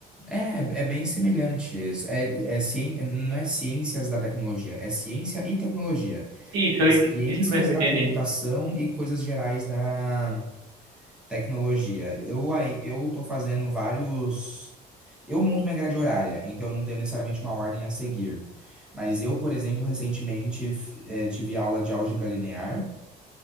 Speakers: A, in the centre; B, on the right (about 85°).
A: É, é bem semelhante. isso. É, é, cien- não é ciências da tecnologia, é ciência e tecnologia.
B: Isso, eu
A: É ciências
B: ent- isso mesmo
A: da
B: que
A: computação
B: eu entendi.
A: e coisas gerais da Tecnologia. Eu aí, eu tô fazendo vários. Eu monto minha grade horária, então eu não tenho necessariamente uma ordem a seguir. Mas eu, por exemplo, recentemente f- eh, tive aula de álgebra linear.